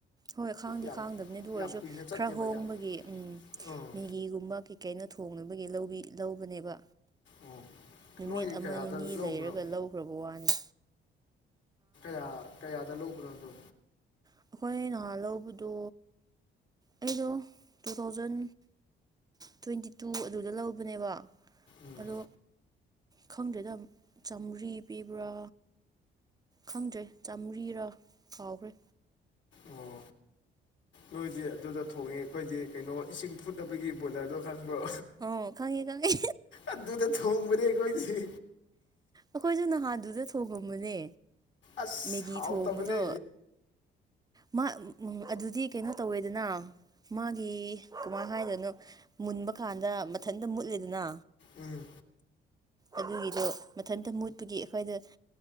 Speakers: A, on the right (about 20°); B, on the left (about 70°).
A: ꯍꯣꯏ ꯈꯥꯡꯗꯤ
B: ꯌꯥꯝ
A: ꯈꯥꯡꯗꯕꯅꯦ ꯑꯗꯨ ꯑꯣꯏꯔꯁꯨ
B: ꯌꯥꯝ ꯀꯨꯏꯅ ꯆꯠꯇꯦꯕ
A: ꯈꯔ ꯍꯣꯡꯕꯒꯤ
B: ꯌꯥꯝ
A: ꯎꯝ
B: ꯑꯥ
A: ꯃꯦꯒꯤꯒꯨꯝꯕꯒꯤ ꯀꯩꯅꯣ ꯊꯣꯡꯅꯕꯒꯤ ꯂꯧꯕꯤ ꯂꯧꯕꯅꯦꯕ
B: ꯑꯣ
A: ꯅꯨꯃꯤꯠ
B: ꯅꯣꯏ
A: ꯑꯃ
B: ꯀꯌꯥꯗ
A: ꯅꯤꯅꯤ
B: ꯂꯧꯕꯅꯣ
A: ꯂꯩꯔꯒ ꯂꯧꯈ꯭ꯔꯕ ꯋꯥꯅꯤ
B: ꯀꯌꯥ ꯀꯌꯥꯗ ꯂꯧꯕꯅꯣ ꯑꯗꯣ
A: ꯑꯩꯈꯣꯏ ꯅꯍꯥꯟ ꯂꯧꯕꯗꯣ ꯑꯩꯗꯣ ꯇꯨ ꯊꯥꯎꯖꯟ ꯇ꯭ꯋꯦꯟꯇꯤ ꯇꯨ ꯑꯗꯨꯗ ꯂꯧꯕꯅꯦꯕ
B: ꯎꯝ
A: ꯑꯗꯣ ꯈꯪꯗ꯭ꯔꯦꯗ ꯑꯝꯞ ꯆꯥꯝꯃ꯭ꯔꯤ ꯄꯤꯕ꯭ꯔꯥ ꯈꯪꯗ꯭ꯔꯦ ꯆꯥꯃ꯭ꯔꯤꯔꯥ ꯀꯥꯎꯒ꯭ꯔꯦ
B: ꯑꯣ ꯅꯣꯏꯗꯤ ꯑꯗꯨꯗ ꯊꯣꯡꯉꯦ ꯈꯣꯏꯗꯤ ꯀꯩꯅꯣ ꯏꯁꯤꯡ ꯐꯨꯠꯅꯕꯒꯤ ꯕꯣꯏꯂꯔꯗꯣ ꯈꯪꯕ꯭ꯔꯣ
A: ꯑꯥ ꯈꯪꯉꯦ ꯈꯪꯉꯦ
B: ꯑꯗꯨꯗ ꯊꯣꯡꯕꯗꯤ ꯑꯩꯈꯣꯏꯗꯤ
A: ꯑꯈꯣꯏꯖꯨ ꯅꯍꯥꯟꯗꯨꯗ ꯊꯣꯡꯉꯝꯕꯅꯦ
B: ꯑꯁ
A: ꯃꯦꯒꯤ
B: ꯍꯥꯎꯇꯕꯅꯦ
A: ꯊꯣꯡꯕꯗꯣ ꯃ ꯎꯝ ꯑꯗꯨꯗꯤ ꯀꯩꯅꯣ ꯇꯧꯋꯦꯗꯅ ꯃꯥꯒꯤ ꯀꯃꯥꯏ ꯍꯥꯏꯗꯣꯏꯅꯣ ꯃꯨꯟꯕ ꯀꯥꯟꯗ ꯃꯊꯟꯇ ꯃꯨꯠꯂꯤꯗꯅ
B: ꯎꯝ
A: ꯑꯗꯨꯒꯤꯗꯣ ꯃꯊꯟꯇ ꯃꯨꯠꯄꯒꯤ ꯑꯦꯈꯣꯏꯗ